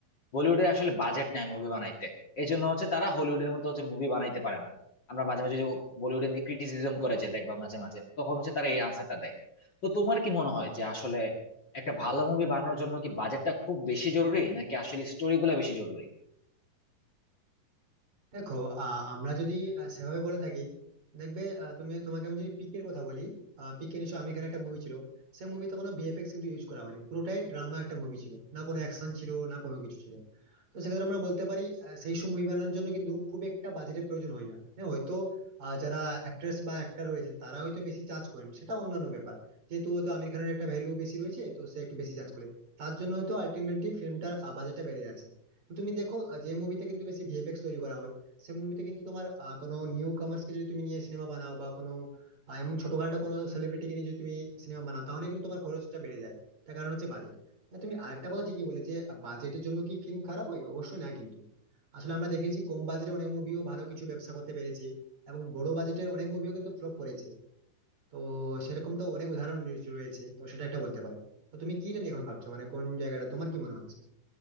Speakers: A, on the left (about 40°); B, on the right (about 55°).
A: বলিউডে আসলে বাজেট নাই মুভি বানাইতে এই জন্য হচ্ছে তারা হলিউডের মতো হচ্ছে মুভি বানাইতে পারে না আমরা মাঝে মাঝে যে বলিউডে নিয়ে ক্রিটিসিজম করে যে দেখবা মাঝে মাঝে তখন হচ্ছে তারা এই আনসারটা দেয় তো তোমার কি মনে হয় যে আসলে একটা ভালো মুভি বানানোর জন্য কি বাজেটটা খুব বেশি জরুরি নাকি আসলে স্টোরি গুলা বেশি জরুরি
B: দেখো আহ, আমরা যদি আহ, সেভাবে বলে থাকি দেখবে আহ, তুমি তোমাকে আমি যদি পিকের কথা বলি পিকে নিশ্চয় আমি এখানে একটা মুভি ছিল সেই মুভিতে কোনো ভিএফএক্স কিন্তু ইউজ করা হয়নি পুরোটাই ড্রামা একটা মুভি ছিল না কোনো অ্যাকশন ছিল না কোনো কিছু ছিল তো সেক্ষেত্রে আমরা বলতে পারি আহ, সেই সব মুভি বানানোর জন্য কিন্তু খুব একটা বাজেটের প্রয়োজন হয় না হ্যাঁ হয়তো আহ, যারা অ্যাক্ট্রেস বা অ্যাক্টর রয়েছেন তারা হয়তো বেশি চার্জ করেন সেটা অন্যান্য ব্যাপার যেহেতু হয়তো আমির খানের একটা ভ্যালু বেশি রয়েছে তো সে একটু বেশি চার্জ করে তার জন্য হয়তো আলটিমেটলি ফিল্মটার বাজেটটা বেড়ে যাচ্ছে তো তুমি দেখো আহ, যে মুভিতে কিন্তু বেশি ভিএফএক্স তৈরি করা হয় সে মুভিতে কিন্তু তোমার আহ, কোনো নিউ কামার্স কে যদি তুমি নিয়ে সিনেমা বানাও বা কোনো আহ, এমন ছোটখাটো কোনো সেলিব্রিটিকে নিয়ে যদি তুমি সিনেমা বানাও তাহলে কিন্তু তোমার খরচটা বেড়ে যায় তার কারণ হচ্ছে বাজেট হ্যাঁ তুমি আরেকটা কথা ঠিকই বলে যে বাজেটের জন্য কি ফিল্ম খারাপ হয় অবশ্যই না কিন্তু আসলে আমরা দেখেছি কম বাজেটে অনেক মুভিও ভালো কিছু ব্যবসা করতে পেরেছে এবং বড় বাজেটের অনেক মুভিও কিন্তু ফ্লপ করেছে তো সেরকম তো অনেক উদাহরণ রয়েছে রয়েছে, তো সেটা একটা বলতে পারি তো তুমি কি নিয়ে এখন ভাবছো মানে কোন জায়গাটা তোমার কি মনে হচ্ছে